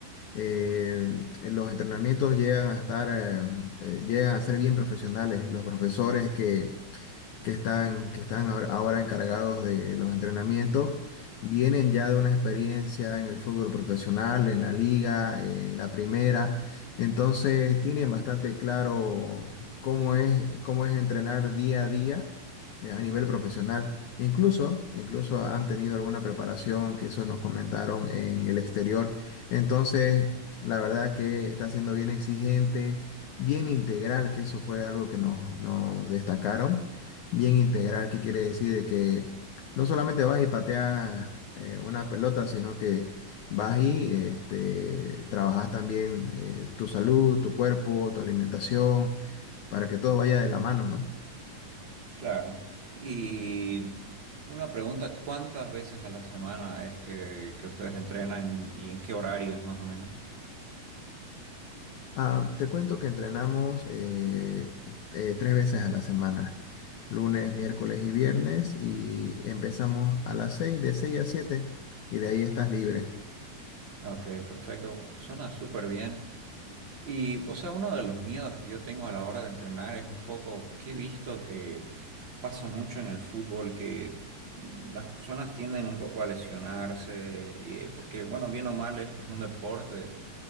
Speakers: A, on the left (about 70°); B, on the right (about 55°).
A: eh, en los entrenamientos llegan a estar, eh, eh, llegan a ser bien profesionales. Los profesores que, que están, que están ahora ahora encargados de los entrenamientos, vienen ya de una experiencia en el fútbol profesional, en la liga, eh, en la primera. Entonces tienen bastante claro cómo es, cómo es entrenar día a día eh, a nivel profesional. Incluso, incluso han tenido alguna preparación que eso nos comentaron en el exterior. Entonces, la verdad que está siendo bien exigente, bien integral, que eso fue algo que nos, nos destacaron bien integral, que quiere decir de que no solamente vas y pateas eh, una pelota, sino que vas y este, trabajas también eh, tu salud, tu cuerpo, tu alimentación, para que todo vaya de la mano, ¿no?
B: Claro. Y una pregunta, ¿cuántas veces a la semana es que, que ustedes entrenan y en qué horarios más o menos?
A: Ah, te cuento que entrenamos eh, eh, tres veces a la semana, lunes, miércoles y viernes, y empezamos a las seis, de seis a siete, y de ahí estás libre.
B: Ok, perfecto. Suena súper bien. Y, o sea, uno de los miedos que yo tengo a la hora de entrenar es un poco que he visto que pasa mucho en el fútbol, que mm, las personas tienden un poco a lesionarse, eh, porque, bueno, bien o mal es, es un deporte